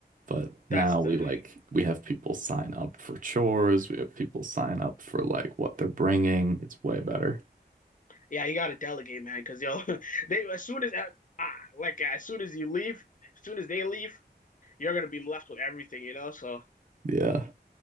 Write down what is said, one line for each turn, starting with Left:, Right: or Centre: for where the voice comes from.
Right: But now
Left: that's the
Right: we like we have people sign up for chores. We have people sign up for like what they're bringing. It's way better.
Left: yeah. You gotta delegate, man, because yo, <laughs> they as soon as ah, like as soon as you leave, as soon as they leave, you're gonna be left with everything, you know. So
Right: Yeah.